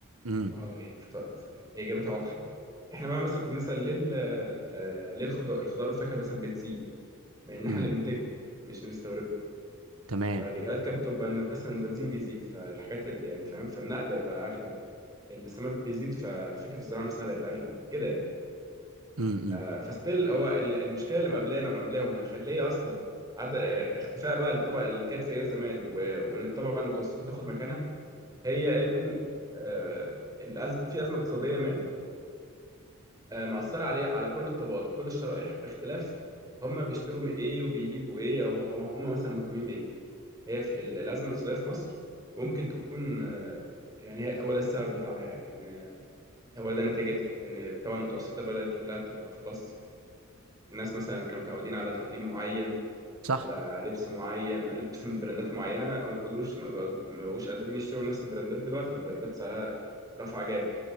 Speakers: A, on the right (about 85°); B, on the right (about 15°).
A: امم
B: اه يعني فط... ف- يعني هي جابتها واضحه احنا بقى مثلا كنا بنسال ليه ال- آه، ليه الخضار الخضار والفاكهه مثلا بتزيد مع ان احنا
A: امم
B: اللي بننتجه مش بنستورده
A: تمام
B: فالاجابات كانت بتبقى ان مثلا البنزين بيزيد فالحاجات اللي يعني فاهم فالنقل بقى اغلى السماد بيزيد ففكره الزراعه نفسها بقت اغلى كده يعني
A: امم امم
B: آه فستيل هو ال- المشكله اللي مقابلانا ومقابلاهم ومخليه اصلا عد... آه، اختفاء بقى للطبقه اللي كانت فقيره زمان و... وان الطبقه المتوسطه تاخد مكانها هي ان آه، الأز... في ازمه اقتصاديه ما آه، مأثره عليه على كل الطبقات وكل الشرايح باختلاف هم بيشتروا من ايه وبيجيبوا ايه او أو هم مثلا مهتمين بايه هي في ال- الازمه الاقتصاديه في مصر ممكن تكون آه، يعني هي- هو ده السبب بتاعها يعني ان هو ده نتيجتها ان طبعا المتوسطه بدأت كلها تبقى خلاص يعني الناس مثلا كانوا متعودين على تعليم معين
A: صح
B: على لبس معين لبس من براندات معينه هم ما بقدروش ما بقوش قادرين يشتروا نفس البراندات دلوقتي البراندات سعرها رفع جامد